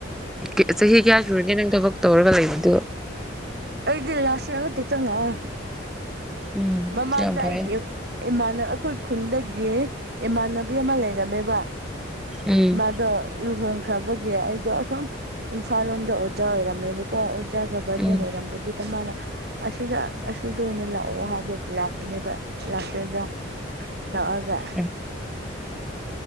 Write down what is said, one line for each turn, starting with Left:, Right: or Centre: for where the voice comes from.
Centre: ꯀ ꯆꯍꯤ ꯀ꯭꯭ꯌꯥ ꯁꯨꯨꯔꯒꯦ ꯅꯪ ꯊꯕꯛ ꯇꯧꯔꯒ ꯂꯩꯕꯗꯨ
Right: ꯑꯩꯗꯤ ꯂꯥꯁ ꯏꯌꯔ ꯈꯛꯇ ꯆꯪꯃꯛꯑꯦ
Centre: ꯎꯝ
Right: ꯃꯃꯥꯡꯗ
Centre: ꯌꯥꯝ ꯐꯔꯦ
Right: ꯑꯩꯒꯤ ꯏ ꯏꯃꯥꯟ ꯑꯩꯈꯣꯏ ꯈꯨꯟꯗꯒꯤ ꯏꯃꯥꯟꯅꯕꯤ ꯑꯃ ꯂꯩꯔꯝꯃꯦꯕ
Centre: ꯎꯝ
Right: ꯃꯥꯗꯣ ꯂꯨꯍꯣꯡꯈ꯭ꯔꯕꯒꯤ ꯑꯩꯗꯣ ꯑꯁꯨꯝ ꯏꯝꯐꯥꯜ ꯂꯣꯝꯗ ꯑꯣꯖꯥ ꯑꯣꯏꯔꯝꯃꯦꯕꯀꯣ ꯏꯆꯥꯒ ꯕꯥꯔꯗꯦꯟ
Centre: ꯎꯝ
Right: ꯑꯣꯏꯔꯝꯕꯗꯨꯗ ꯃꯥꯅ ꯑꯁꯤꯗ ꯑꯁꯤꯗ ꯑꯣꯏꯅ ꯂꯥꯛꯑꯣ ꯍꯥꯏꯕ ꯂꯥꯛꯀꯅꯦꯕ ꯂꯥꯛꯇꯗ ꯂꯥꯛꯑꯒ
Centre: ꯎꯝ